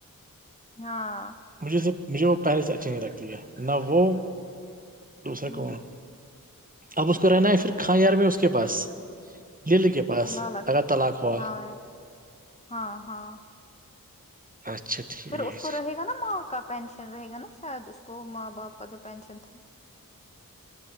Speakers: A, on the left (about 20°); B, on the right (about 25°).
A: ہاں
B: مجھے صرف مجھے وہ پہلے سے اچھی نہیں لگتی ہے نہ وہ دوسرا
A: ہ
B: کون اب اس کو رہنا ہے پھر کاں یار میں اس کے پاس لل کے پاس
A: ل لک
B: اگر طلاق ہوا
A: ہاں ہاں ہاں
B: اچھا ٹھیک
A: پھر اس کو رہے گا نا ماں کا پینشن رہے گا نا شاید اس کو ماں باپ کا جو پینشن تھا